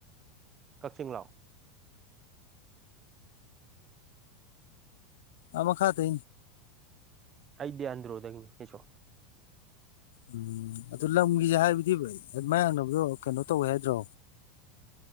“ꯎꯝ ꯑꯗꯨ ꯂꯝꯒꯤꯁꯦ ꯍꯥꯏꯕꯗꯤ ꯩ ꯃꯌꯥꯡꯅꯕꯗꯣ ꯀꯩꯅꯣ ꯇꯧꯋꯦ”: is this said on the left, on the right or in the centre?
Left